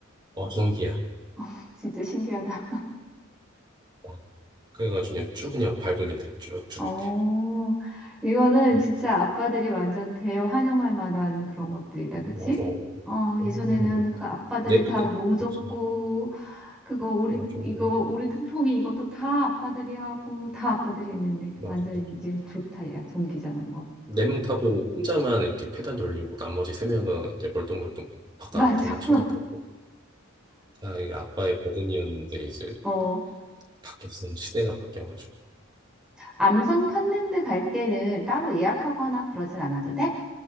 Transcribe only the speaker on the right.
어, 전기야.
어, 그래가지고 그냥 쭉 그냥 밟으면 돼. 쭉쭉
이렇게.
음,
맞아.
음,
네,
네.
그렇지.
맞아.
맞아.
맞아.
네 명 타도 혼자만 이렇게 페달 돌리고 나머지 세 명은 이제 멀뚱멀뚱 바깥에만
쳐다보고. 다 이게 아빠의 버든이었는데 이제
바뀌었어. 시대가 바뀌어가지고.